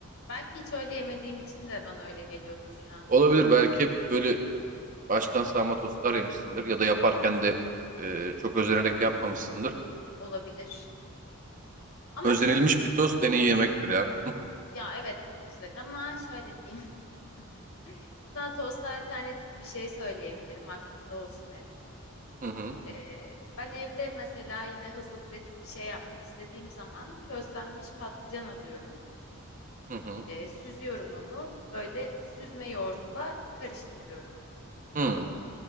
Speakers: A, on the left; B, on the right.
A: Belki hiç öyle yemediğim için de bana öyle geliyordur şu an.
B: Olabilir belki böyle baştan sağma tostlar yemişsindir ya da yaparken de e, çok özenerek yapmamışsındır.
A: Olabilir. Ama
B: Özenilmiş
A: s-
B: bir tost en iyi yemektir ya.
A: ya evet çok güzel ama şöyle diyeyim. <laughs> Sana tosta alternatif bir şey söyleyebilirim. Aklında olsun hem.
B: Hı hı
A: Ee, ben evde mesela yine hızlı pratik bir şey yapmak istediğim zaman közlenmiş patlıcan alıyorum.
B: hı hı
A: Ee, süzüyorum onu. Böyle süzme yoğurtla karıştırıyorum.
B: hı